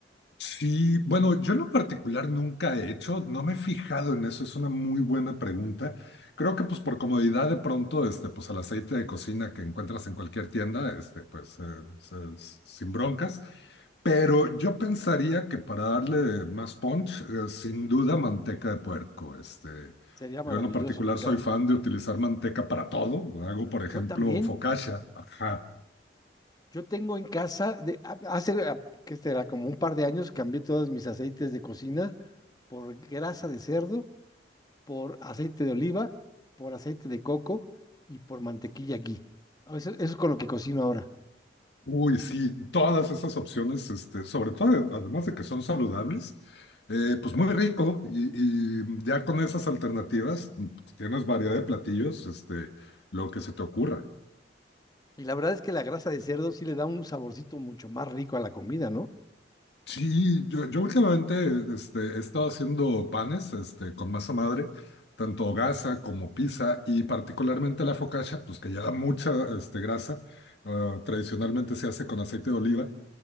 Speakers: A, on the left; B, on the left.
A: Sí, bueno, yo en lo particular nunca he hecho, no me he fijado en eso, es una muy buena pregunta. Creo que pues por comodidad de pronto, este, pues el aceite de cocina que encuentras en cualquier tienda, este, pues eh, se- s- sin broncas. Pero yo pensaría que para darle más punch, eh, sin duda manteca de puerco. Este,
B: Sería maravilloso,
A: yo en lo particular
B: porque
A: soy
B: a-
A: fan de utilizar manteca para todo. Hago, por
B: yo
A: ejemplo,
B: también,
A: focaccia. Ajá.
B: yo tengo en casa, de, a- hace, a- que será como un par de años, cambié todos mis aceites de cocina por grasa de cerdo por aceite de oliva, por aceite de coco y por mantequilla ghee. Ah, Eso, eso es con lo que cocino ahora.
A: Uy, sí, todas esas opciones, este, sobre todo, además de que son saludables, eh, pues muy rico y, y ya con esas alternativas pues, tienes variedad de platillos, este, lo que se te ocurra.
B: Y la verdad es que la grasa de cerdo sí le da un saborcito mucho más rico a la comida, ¿no?
A: Sí, yo, yo últimamente este, he estado haciendo panes este, con masa madre, tanto gasa como pizza y particularmente la focaccia, pues que lleva mucha este, grasa, ah, tradicionalmente se hace con aceite de oliva.